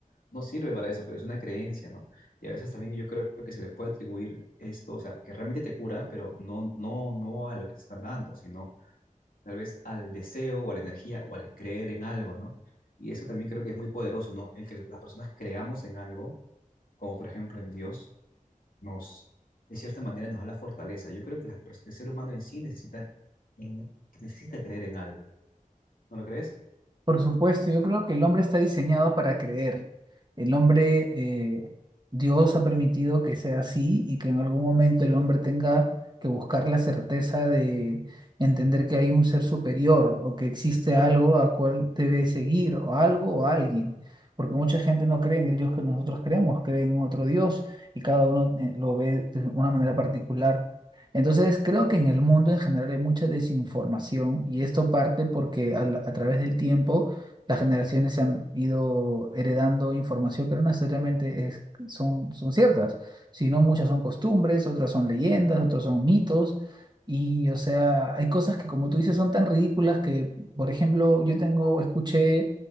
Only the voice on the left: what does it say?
no sirve para eso, pero es una creencia, ¿no? Y a veces también yo creo que se le puede atribuir esto, o sea, que realmente te cura, pero no, no, no a lo que te están dando, sino tal vez al deseo o a la energía o al creer en algo, ¿no? Y eso también creo que es muy poderoso, ¿no? El que las personas creamos en algo, como por ejemplo en Dios, nos, de cierta manera, nos da la fortaleza. Yo creo que las pers- el ser humano en sí necesita, en- necesita creer en algo, ¿no lo crees?